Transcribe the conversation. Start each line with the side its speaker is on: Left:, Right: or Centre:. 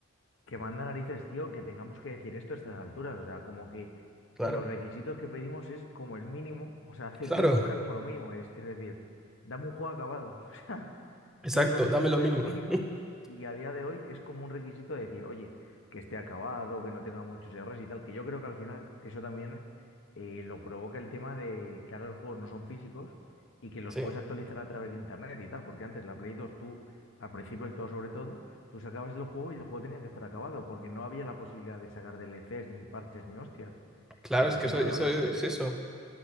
Left: Que manda narices, tío, que tengamos que decir esto a estas alturas. O sea, como que
Centre: Claro,
Left: los requisitos que pedimos es como el mínimo. O sea, hace
Centre: claro,
Left: tiempo era como lo mínimo. Es, es decir, dame un juego acabado. <laughs> O sea,
Centre: exacto,
Left: que es lo mínimo
Centre: dame lo
Left: de
Centre: mínimo.
Left: lo mínimo
Centre: <laughs>
Left: y a día de hoy es como un requisito de decir, oye, que esté acabado, que no tenga muchos errores y tal, que yo creo que al final eso también eh, lo provoca el tema de que ahora los juegos no son físicos y que los
Centre: Sí.
Left: puedes actualizar a través de internet y tal, porque antes la Play 2 tú, al principio del todo sobre todo, tú sacabas el juego y el juego tenía que estar acabado, porque no había la posibilidad de sacar DLCs ni parches ni hostias.
Centre: Claro,
Left: Y
Centre: es
Left: es
Centre: que
Left: que
Centre: eso,
Left: claro,
Centre: eso
Left: ahora
Centre: es
Left: con, e,
Centre: eso,